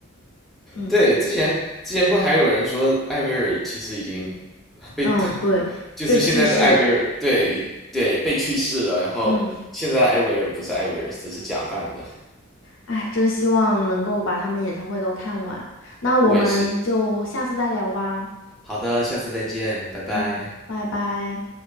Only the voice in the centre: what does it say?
对，之前之前不还有人说艾薇儿其实已经被，
<laughs> 就是现在的艾薇儿，
对已对被去世了，然后现在的艾薇儿不是艾薇儿，
只是假扮的。
我也是。好的，下次再见，拜拜。